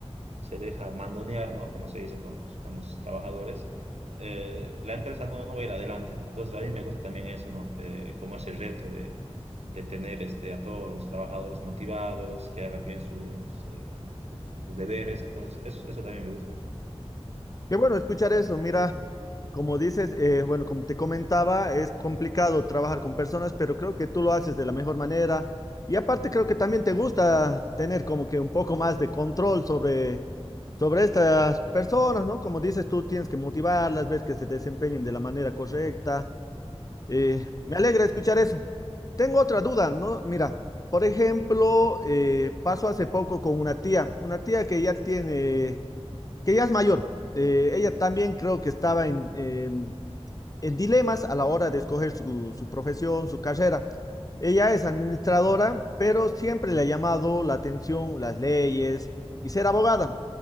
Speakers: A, on the right; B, on the left.
A: se deja mandonear, ¿no? Como se dice con los, con los trabajadores, eh, la empresa no, no va a ir adelante, ¿no? Entonces a mí me gusta también eso, ¿no? Eh, como ese reto de, de tener este, a todos los trabajadores motivados, que hagan bien sus, eh, sus, sus deberes, entonces eso, eso también me gusta.
B: Qué bueno escuchar eso. Mira, como dices, eh, bueno, como te comentaba, es complicado trabajar con personas, pero creo que tú lo haces de la mejor manera. Y aparte creo que también te gusta tener como que un poco más de control sobre, sobre estas personas, ¿no? Como dices, tú tienes que motivarlas, ver que se desempeñen de la manera correcta. Eh, me alegra escuchar eso. Tengo otra duda, ¿no? Mira, por ejemplo, eh, pasó hace poco con una tía, una tía que ya tiene, que ya es mayor. Eh, ella también creo que estaba en, em, en dilemas a la hora de escoger su, su profesión, su carrera. Ella es administradora, pero siempre le ha llamado la atención las leyes y ser abogada.